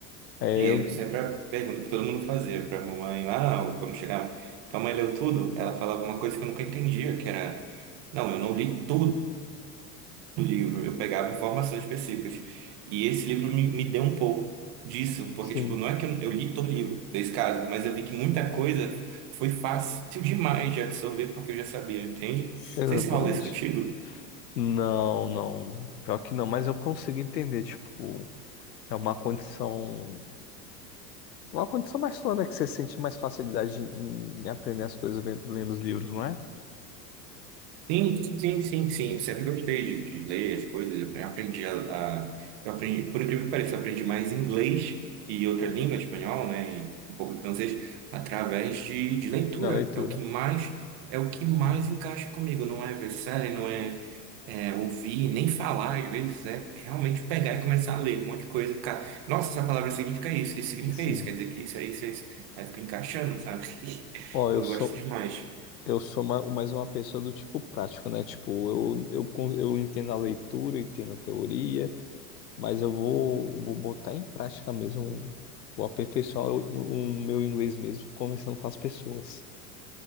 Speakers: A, on the left; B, on the right.
A: É,
B: E
A: eu,
B: eu sempre a pergunta que todo mundo fazia pra mamãe lá, ou quando chegava. Então, mãe leu tudo, ela falava uma coisa que eu nunca entendia, que era, não, eu não li tudo do livro, eu pegava informações específicas. E esse livro me, me deu um pouco disso, porque,
A: sim,
B: tipo, não é que eu, eu li todo o livro, nesse caso, mas eu vi que muita coisa foi fácil demais de absorver, porque eu já sabia, entende? Não
A: exatamente.
B: sei se rola isso contigo.
A: Não, não. Pior que não, mas eu consigo entender, tipo, é uma condição, uma condição mais sua, né, que você sente mais facilidade em, em aprender as coisas ven- lendo os livros, não é?
B: Sim, sim, sim, sim, Eu sempre gostei de, de ler as coisas. Eu aprendi a, a- eu aprendi, por incrível que pareça, eu aprendi mais inglês e outra língua, espanhol, né, e um pouco de francês, através de, de leitura.
A: Na leitura.
B: É o que mais, é o que mais encaixa comigo. Não é ver série, não é, é ouvir, nem falar, às vezes, é realmente pegar e começar a ler um monte de coisa e ficar, nossa, essa palavra significa isso, isso significa
A: Sim.
B: isso, quer dizer que isso, é isso, é isso. Aí fica encaixando, sabe? <laughs>
A: Ó, eu
B: Eu
A: sou
B: gosto demais.
A: eu sou ma- mais uma pessoa do tipo prático, né? Tipo, eu, eu, con- eu entendo a leitura, entendo a teoria, mas eu vou, vou botar em prática mesmo, vou aperfeiçoar o, o meu inglês mesmo, começando com as pessoas.